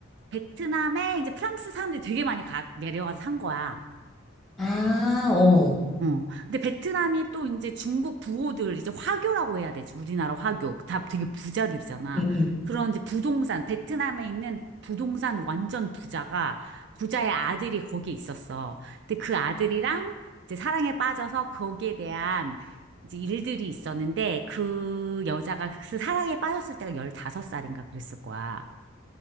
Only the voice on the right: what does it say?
베트남에 이제 프랑스 사람들이 되게 많이 가, 내려와서 산 거야.
어. 근데 베트남이 또 이제 중국 부호들 이제 화교라고 해야 되지. 우리나라 화교. 다 되게 부자들이잖아.
그런 이제 부동산, 베트남에 있는 부동산 완전 부자가 부자의 아들이 거기에 있었어. 근데 그 아들이랑 이제 사랑에 빠져서 거기에 대한 이제 일들이 있었는데 그 여자가 그 사랑에 빠졌을 때가 15살인가 그랬을 거야.